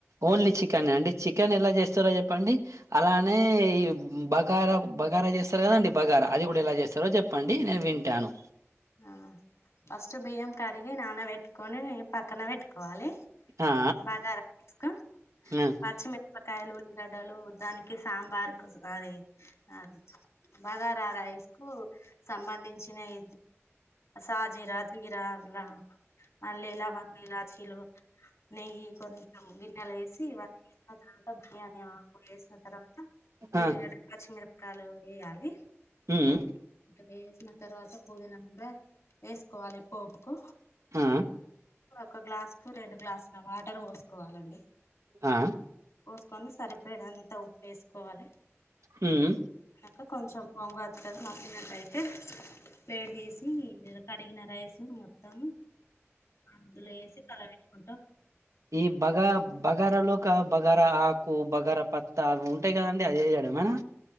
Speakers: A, on the right; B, on the left.
A: ఓన్లీ చికెన్ అండి చికెన్ ఎలా చేస్తారో చెప్పండి. అలానే ఈ బగారా బగారా చేస్తారు కదండి. బగారా అది కూడా ఎలా చేస్తారో చెప్పండి నేను వింటాను.
B: ఆహ్ ఫస్ట్ బియ్యం కడిగి, నానబెట్టుకొని పక్కన పెట్టుకోవాలి.
A: ఆ
B: బగారా తీస్కో
A: ఆ
B: పచ్చిమిరపకాయలు, ఉల్ గడ్డలు దానికి సాంబార్ కు అది అది బగారా రైస్కు సంబంధించినాయ్. సా జీరా, జీరా అల మళ్ళీ ఇల్ల బన ఇలాచిలు నెయ్యి కొంచెం గిన్నెలో ఎసి ఇవన్నీ కింద దానిలో బిర్యానీ ఆకు ఎసిన తర్వాత, ఉల్లిగడ్డ
A: ఆ
B: పచ్చిమిరపకాలు ఎయ్యాలి
A: ఉమ్
B: వేసిన తర్వాత పుదీన. ద ఎస్కోవాలి పోప్ కు
A: ఆ
B: ఒక గ్లాస్ కు రెండు గ్లాస్ అ వాటరు ఓస్కోవాలండి.
A: ఆహ్
B: పోస్కొని సరిపడి అంతా ఉప్పు ఎస్కోవాలి.
A: హ్మ్
B: ఇంకా కొంచెం పొంగు వత్తాది మగ్గినట్టయితే ప్లేట్ దీసి కడిగిన రైసు మొత్తం. అందులో ఎసి కలబెట్టుకొ
A: ఈ బగా బగార లోకబ్. బగార ఆకు బగార పత్తాగు ఉంటాయ్ కదండి అది ఎసడమెనా